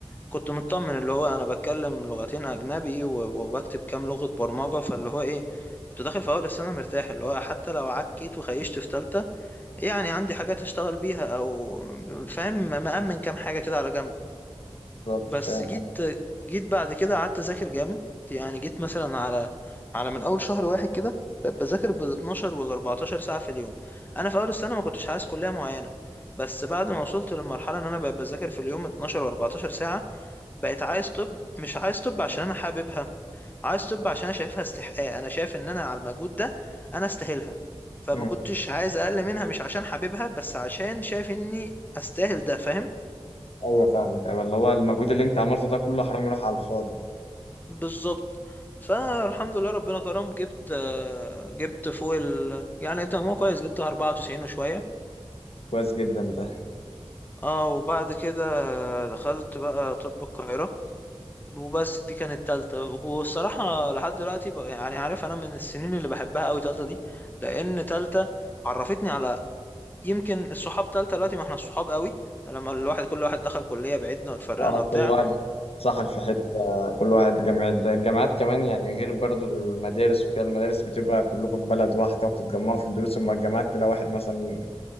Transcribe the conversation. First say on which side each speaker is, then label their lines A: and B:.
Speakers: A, on the left; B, on the left.
A: كنت مطمن اللي هو انا بتكلم لغتين اجنبي و- وبكتب كام لغه برمجه فاللي هو ايه كنت داخل في اول السنه مرتاح اللي هو حتى لو عكيت وخيشت في ثالثه يعني عندي حاجات اشتغل بيها او فاهم مأمن كام حاجه كده على جنب
B: بالظبط
A: بس
B: فاهم
A: جيت جيت بعد كده قعدت اذاكر جامد يعني جيت مثلا على على من اول شهر واحد كده بقيت بذاكر بال 12 وال 14 ساعه في اليوم انا في اول السنه ما كنتش عايز كليه معينه بس بعد ما وصلت للمرحله ان انا بقيت بذاكر في اليوم 12 و14 ساعه بقيت عايز طب مش عايز طب عشان انا حاببها عايز طب عشان انا شايفها استحقاق انا شايف ان انا على المجهود ده انا استاهلها فما
B: أمم،
A: كنتش عايز اقل منها مش عشان حاببها بس عشان شايف اني استاهل ده فاهم
B: ايوه فاهمك ايوه اللي هو المجهود اللي انت عملته ده كله حرام يروح على الفاضي
A: بالظبط فالحمد لله ربنا كرم جبت آه، جبت فوق ال يعني جبت مجموع كويس جبت 94 وشوية
B: كويس جدا ده
A: اه وبعد كده دخلت بقى طب القاهرة وبس دي كانت تالتة والصراحة لحد دلوقتي بقى يعني عارف أنا من السنين اللي بحبها أوي تالتة دي لأن تالتة عرفتني على يمكن الصحاب تالتة دلوقتي ما احنا الصحاب قوي لما الواحد كل واحد دخل كلية بعيدنا واتفرقنا
B: اه
A: وبتاع
B: كل واحد سحل في حته كل واحد جامعات ده الجامعات كمان يعني غير برضه المدارس وكده المدارس بتبقى كلكم في بلد واحده وبتتجمعوا في الدروس اما الجامعات تلاقي واحد مثلا